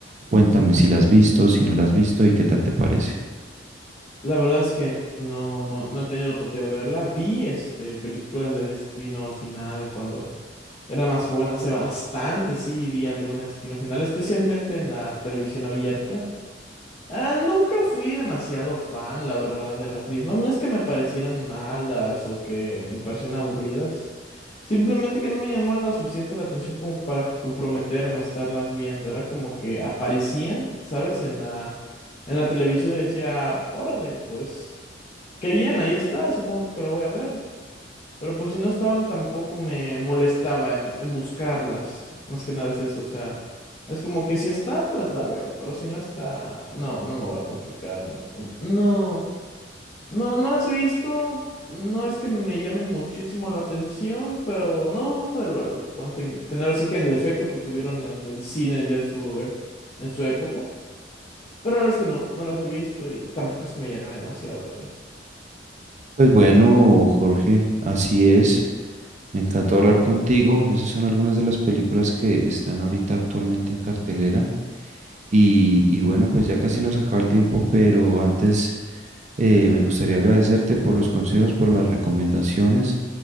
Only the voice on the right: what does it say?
Cuéntame si la has visto, si no la has visto y qué tal te parece.
Pues bueno, Jorge, así es. Me encantó hablar contigo. Esas son algunas de las películas que están ahorita actualmente en cartelera. Y, y bueno, pues ya casi nos acaba el tiempo, pero antes Eh, me gustaría agradecerte por los consejos, por las recomendaciones.